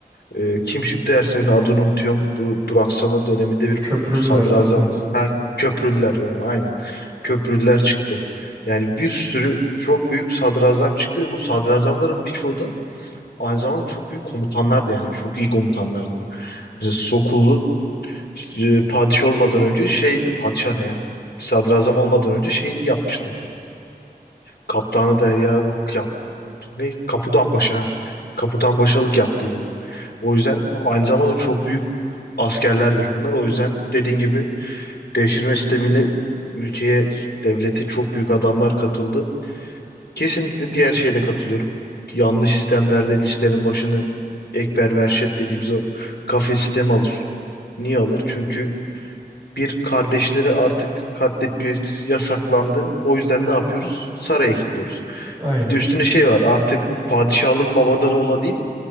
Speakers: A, on the left; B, on the right.
A: E, kim çıktı? Her seferinde adını unutuyorum. Bu duraksama döneminde bir
B: Köprülüler
A: sadrazam.
B: sanırım.
A: Köprülüler dönemi. Aynen. Köprülüler çıktı. Yani bir sürü çok büyük sadrazam çıktı. Bu sadrazamların birçoğu da aynı zamanda çok büyük komutanlardı yani. Çok iyi komutanlardı. Mesela Sokullu e, padişah olmadan önce şey padişah ne ya? Sadrazam olmadan önce şeylik yapmıştı. Kaptanı deryalık yaptı. Ne? Kapudan Paşa. ha. Kaputan Paşalık yaptıydı. O yüzden aynı zamanda çok büyük askerlerdir bunlar. O yüzden dediğin gibi devşirme sistemiyle ülkeye, devlete çok büyük adamlar katıldı. Kesinlikle diğer şeye de katılıyorum. Yanlış sistemlerde listenin başını ekber verşet dediğimiz o kafes sistemi alır. Niye alır? Çünkü bir kardeşleri artık katletmek yasaklandı. O yüzden ne yapıyoruz? Saraya kilitliyoruz.
B: Aynen.
A: Bir de üstüne şey var. Artık padişahlık babadan oğula değil,